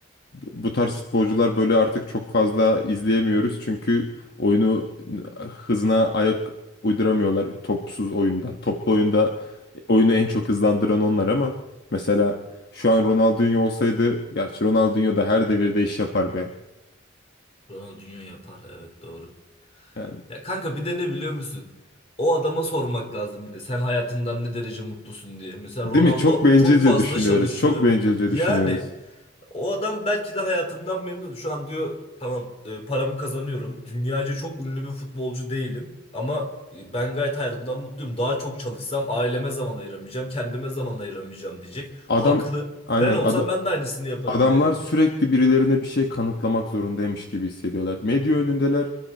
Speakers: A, on the left; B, on the left.
A: bu tarz futbolcular böyle artık çok fazla izleyemiyoruz. Çünkü oyunu hızına ayak uyduramıyorlar topsuz oyunda. Toplu oyunda oyunu en çok hızlandıran onlar ama mesela şu an Ronaldinho olsaydı, gerçi Ronaldinho da her devirde iş yapar be.
B: Ronaldinho yapar evet doğru.
A: Yani
B: Ya kanka bir de ne biliyor musun? O adama sormak lazım bir de sen hayatından ne derece mutlusun diye. Mesela
A: değil
B: Ronaldo
A: mi? Çok bencilce
B: çok fazla
A: düşünüyoruz.
B: çalışıyor.
A: Çok bencilce
B: Yani
A: düşünüyoruz.
B: O adam belki de hayatından memnun. Şu an diyor tamam e, paramı kazanıyorum. Dünyaca çok ünlü bir futbolcu değilim. Ama e, ben gayet hayatımdan mutluyum. Daha çok çalışsam aileme zaman ayıramayacağım. Kendime zaman ayıramayacağım diyecek.
A: Adam
B: Haklı.
A: aynen
B: Ben olsam
A: ada-
B: ben de aynısını yaparım
A: Adamlar
B: yani.
A: sürekli birilerine bir şey kanıtlamak zorundaymış gibi hissediyorlar. Medya önündeler,